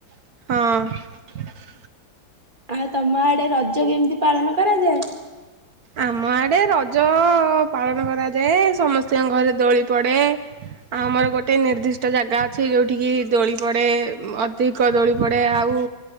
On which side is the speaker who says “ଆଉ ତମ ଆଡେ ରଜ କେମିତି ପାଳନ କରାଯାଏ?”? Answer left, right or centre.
Right